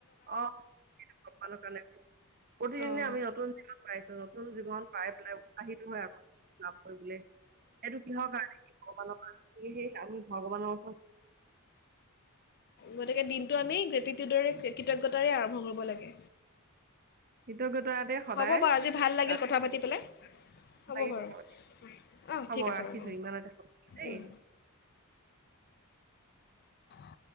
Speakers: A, on the right; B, on the left.
A: অৰ কাৰণে প্ৰতিদিনে
B: অঁ
A: আমি নতুন জীৱন পাইছো নতুন জীৱন পাই পেলাই উৎসাহিত হয় আকৌ লাভ বোলে ইেইটো কিহৰ কাৰণে ক সেই আমি ভগৱানৰ ওচৰত
B: গতিকে দিনটো আমি গ্ৰেটিটিউডৰে কৃতজ্ঞতাৰে আৰম্ভ কৰিব লাগে।
A: কৃতজ্ঞতাতে সদায়
B: হ'ব বাৰু আজি ভাল লাগিল
A: ৰাতিপুৱা
B: কথা পাতি পেলাই, হ'ব
A: লাগি
B: বাৰু
A: কথা পাতিম
B: অঁ
A: হ'ব
B: ঠিক আছে
A: ৰাখিছো
B: বাৰু
A: ইমানতে সামৰিছো দেই
B: অ, <inaudible>